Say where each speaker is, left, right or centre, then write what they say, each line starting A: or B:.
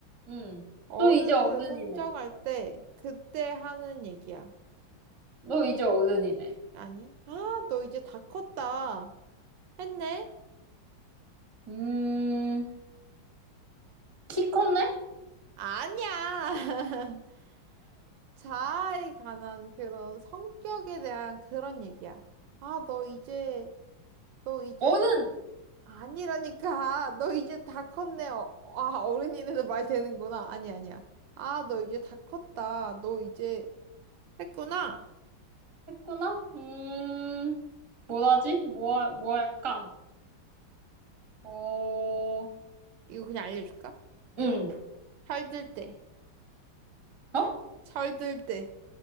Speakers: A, on the right; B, on the right.
A: 음.
B: 어른으로
A: 너 이제 어른이네.
B: 성장할 때, 그때 하는 얘기야.
A: 너 이제 어른이네.
B: 아니, 아, 너 이제 다 컸다. 했네?
A: 음, 키 컸네?
B: 아니야! <laughs> 자아에 관한 그런 성격에 대한 그런 얘기야. 아, 너 이제, 너 이제
A: 어른!
B: 다, 아니라니까. <laughs> 너 이제 다 컸네. 어, 아, 어른이는 말 되는구나. 아니, 아니야. 아, 너 이제 다 컸다. 너 이제 했구나.
A: 했구나? 음, 뭐라지? 뭐, 할- 뭐 할까? 어,
B: 이거 그냥 알려줄까?
A: 음.
B: 철들 때.
A: 어?
B: 철들 때.